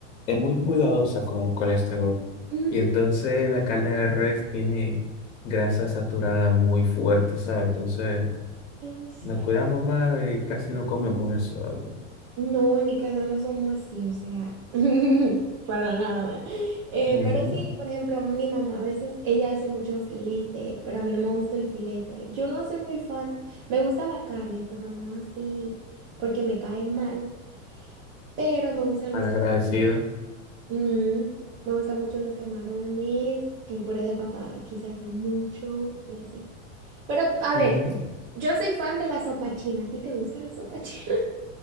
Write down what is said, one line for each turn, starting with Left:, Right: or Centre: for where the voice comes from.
Left: es muy cuidadosa con el colesterol.
Right: Mm,
Left: Y entonces la carne de res tiene grasa saturada muy fuerte, ¿sabes? Entonces
Right: ¿en serio?
Left: nos cuidamos más y casi no comemos eso. ¿verdad?
Right: No, en mi casa no somos así, o sea, <laughs> para nada. Eh,
Left: Ujú,
Right: pero sí, por ejemplo, mi mamá a veces, ella hace mucho filete, pero a mí no me gusta el filete. Yo no soy muy fan, me gusta la carne, pero no así, porque me cae mal, pero me gustan
Left: Malagradecida.
Right: los camarones. Mm, me gustan mucho los camarones, el puré de papa aquí se hace mucho y así. Pero, a
Left: Ujú.
Right: ver, yo soy fan de la sopa china, ¿a ti te gusta la sopa <laughs> china?